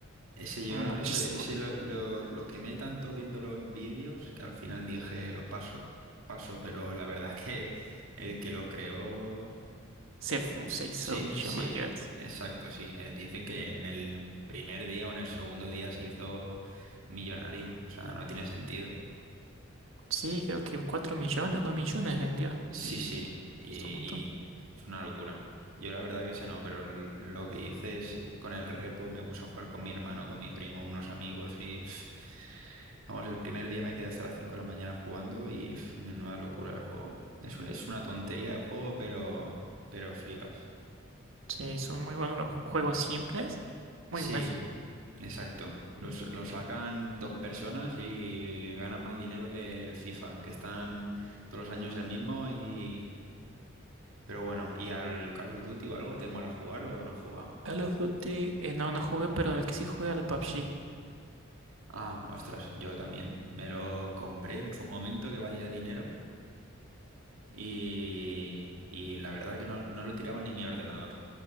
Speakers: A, on the right; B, on the right.
A: Ese
B: muchísimo.
A: yo no, ese, ese lo, lo, lo quemé tanto viéndolo en vídeos que al final dije, "Os paso, paso, pero la verdad es que el que lo creó,
B: Se,
A: mm,
B: fu- se hizo
A: sí,
B: millonario.
A: sí,
B: ese.
A: exacto, sí. Eh, dicen que en el primer día o en el segundo día se hizo millonario, o sea, no tiene sentido.
B: Sí, creo que 4 millones, 2 millones vendió.
A: Sí,
B: Y
A: sí, y,
B: es un montón.
A: y es una locura. Yo la verdad que sé no, pero l- lo que hice es, eh, con el repo me puse a jugar con mi hermano, con mi primo, unos amigos y... pf, Vamos, el primer día me quedé hasta las 5 de la mañana jugando y pf, menuda locura de juego. Es, es una tontería de juego, pero, pero flipas.
B: Sí, son muy buenos los juegos simples. Muy
A: Sí,
B: buenos.
A: exacto. Los- Lo sacan dos personas y ganan más dinero que el FIFA, que están todos los años el mismo y... Pero bueno, ¿y al Call of Duty o algo te mola jugar o no has jugado?
B: Call of Duty, eh, no, no jugué, pero el que sí jugué al PUBG.
A: Ah, ostras, yo también. Me lo compré en su momento que valía dinero Y, y la verdad que no, no lo tiraba ni mi ordenador.